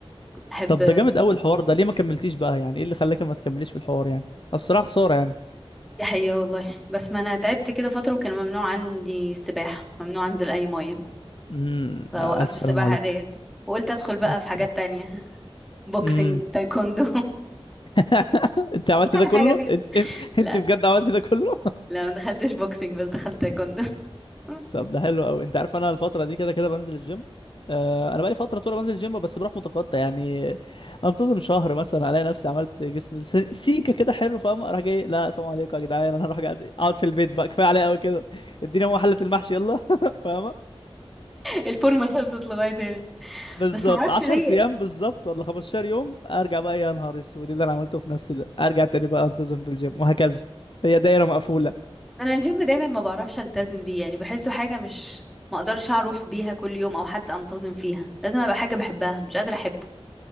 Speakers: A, in the centre; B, on the left (about 55°).
A: كنت احب
B: طب ده جامد قوي الحوار ده ليه ما كملتيش بقى يعني ايه اللي خلاك ما تكمليش في الحوار يعني الصراحه خساره يعني
A: دي حقيقه والله بس ما انا تعبت كده فتره وكان ممنوع عندي السباحه ممنوع انزل اي ميه
B: امم
A: فوقفت
B: الف سلام
A: السباحة
B: عليك
A: ديت وقلت ادخل بقى
B: الف
A: في حاجات
B: سلام
A: تانية <laughs> بوكسنج
B: امم
A: تايكوندو
B: <laughs> انت عملت
A: <laughs> اي
B: ده كله
A: حاجة فيهم
B: انت
A: <laughs>
B: انت
A: لا
B: أنت بجد عملت ده كله
A: لا ما دخلتش بوكسنج بس دخلت تايكوندو <laughs>
B: طب ده حلو قوي انت عارف انا الفتره دي كده كده بنزل الجيم آه انا بقالي فتره طول بنزل الجيم بس بروح متقطع يعني انتظم شهر مثلا الاقي نفسي عملت جسم س- سيكه كده حلو فاهم اروح جاي لا سلام عليكم يا جدعان <laughs> انا هروح قاعد اقعد في البيت بقى كفايه عليا قوي كده اديني هو حله المحشي يلا <laughs> فاهمه
A: الفورمة خلصت لغاية هنا
B: بالظبط
A: بس ما اعرفش
B: 10
A: ليه
B: ايام بالظبط ولا 15 يوم ارجع بقى يا نهار اسود اللي انا عملته في نفسي ده ارجع تاني بقى انتظم في الجيم وهكذا هي دايره مقفوله
A: انا الجيم دايما ما بعرفش التزم بيه يعني بحسه حاجة مش ما اقدرش اروح بيها كل يوم او حتى انتظم فيها لازم ابقى حاجة بحبها مش قادرة احبه